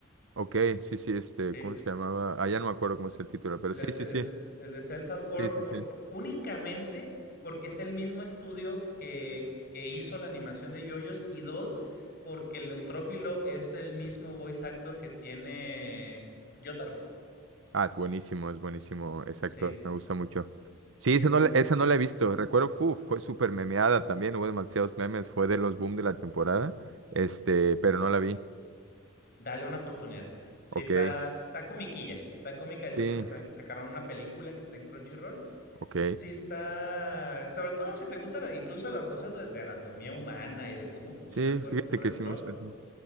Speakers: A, on the right; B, on the left.
A: ok, sí, sí, este,
B: ¿sí?
A: ¿cómo se llamaba? Ah, ya no me acuerdo cómo es el título, pero
B: El,
A: sí, sí,
B: el,
A: sí,
B: el de Cells at Work,
A: sí, sí,
B: porque,
A: sí.
B: únicamente porque es el mismo estudio que, que hizo la animación de Yoyos, y dos, porque el neutrófilo es el mismo voice actor que tiene Yotaro.
A: Ah, es buenísimo, es buenísimo, exacto,
B: Sí,
A: me gusta mucho. Sí,
B: sí,
A: esa
B: entonces,
A: no, la- esa no la he visto, recuerdo, fu, fue súper memeada también, hubo demasiados memes, fue de los boom de la temporada, este, pero no la vi,
B: dale una oportunidad. Sí,
A: ok,
B: está, está comiquilla, está cómica.
A: sí,
B: Yo creo que sacaron una película que está en Crunchyroll.
A: ok,
B: Sí está, sobre todo si te gustan incluso las cosas de, de, anatomía humana y de cómo funciona
A: sí,
B: el cuerpo
A: fíjate
B: por
A: que
B: dentro,
A: sí me gusta. sí.